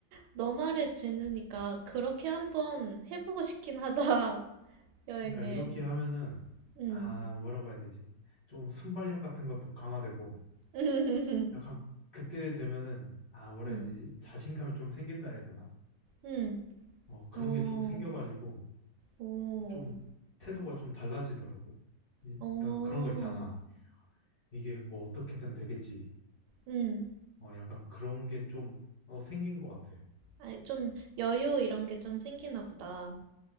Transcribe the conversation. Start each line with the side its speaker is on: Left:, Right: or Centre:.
Right: 너 말을 들으니까 그렇게 한번 해보고 싶긴 하다, <laughs> 여행을.
Left: 그러니까 이렇게 하면은
Right: 응,
Left: 아 뭐라고 해야 되지? 좀 순발력 같은 것도 강화되고
Right: <laughs>
Left: 약간 그때 되면은 아 뭐라
Right: 응,
Left: 해야 되지? 자신감이 좀 생긴다 해야 되나?
Right: 응,
Left: 어 그런
Right: 오,
Left: 게 좀 생겨가지고
Right: 오,
Left: 어, 좀 태도가 좀 달라지더라고. 이-
Right: 오,
Left: 약간 그런 거 있잖아. 이게 뭐 어떻게든 되겠지.
Right: 응.
Left: 어 약간 그런 게 좀 어, 생긴 것 같아.
Right: 아, 좀 여유 이런 게 좀 생기나 보다.